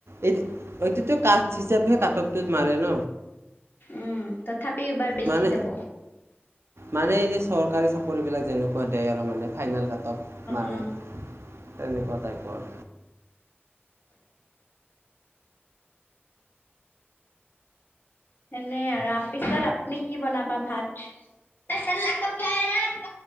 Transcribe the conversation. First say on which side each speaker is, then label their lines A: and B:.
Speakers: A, on the right; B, on the left.
A: এইতি ঐটিতো কাট হিচাপেহে কাট্অফ টো মাৰে ন
B: উম তথা তথাপিও এইবাৰ বেছি
A: মানে
B: যাব
A: মানে এই যে চৰকাৰী চাকৰি বিলাক যেনেকুৱা দে আৰু মানে ফাইনেল কাট্অফ মাৰে
B: অ
A: তেনেকুৱা টাইপৰ
B: এনে আৰু আ পিছত আপুনি কি বনাবা ভাত? <inaudible> <unintelligible>